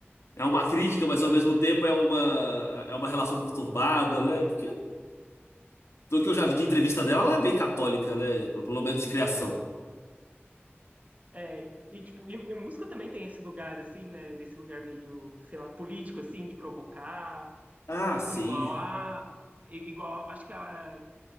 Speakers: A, on the left; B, on the right.
A: é uma crítica,
B: Sim,
A: mas ao mesmo tempo é uma, é uma relação conturbada, né? Porque, do que eu já vi de entrevista dela, ela é bem católica, né? Pelo, pelo menos de criação.
B: é, e tipo, e, e música também tem esse lugar assim, né, desse lugar meio, sei lá, político assim, de provocar,
A: Ah, sim.
B: Igual a. i- Igual, acho que a,